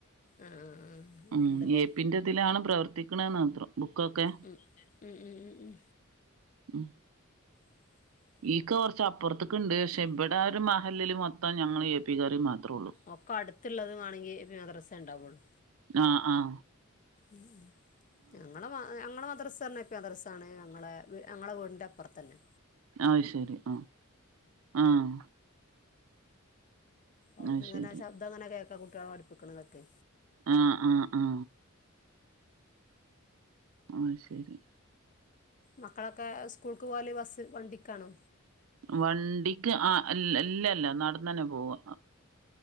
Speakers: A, on the left (about 40°); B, on the right (about 75°).
A: ആഹ് ആഹ് അങ്ങനെണ്ടല്ലേ
B: ഉും ഏ പിന്റെതിലാണ് പ്രവർത്തിക്കണ്ന്ന് മാത്രം ബുക്കൊക്കെ
A: <unintelligible> ഉഹു ഉഹു ഉഹു ഉഹും
B: ഉും
A: <inaudible>
B: ഈക്കൊ കുറച്ച് അപ്പുറത്തേക്ക ഉണ്ട് പക്ഷെ ഇവിടെ ഒരു മഹല്ല് മൊത്തം ഞങ്ങൾ എ പി കാര് മാത്രേ ഉള്ളു
A: ഒക്ക അടുത്ത്ള്ളത് വാണങ്കി എ, പി മദ്റസ്സെണ്ടാവോള്ളൂ
B: ആഹ ആഹാ
A: ഉ ഉം ഞങ്ങളെ ഞങ്ങളെ മദ്രസന്നെ മദർസാണ് ഞങ്ങളെ ഞങ്ങളെ വീടിൻ്റെ അപ്പർത്തന്നെ.
B: ആഹ് ശരി ആഹ് ആഹ്
A: അവിടന്ന്ങ്ങനെ
B: അത് ശരി
A: ശബ്ദങ്ങന കേക്ക കുട്ടികളെ പഠ്പ്പിക്ക്ണതൊക്കെ
B: ആഹ ആഹ ആഹാ ആ ശെരി
A: മക്കളൊക്കെ സ്കൂൾക്ക് പോല് ബസ് വണ്ടിക്കാണോ?
B: വണ്ടിക്ക് ആഹ് ഇല്ലല്ല നടന്നന്നെ പോവ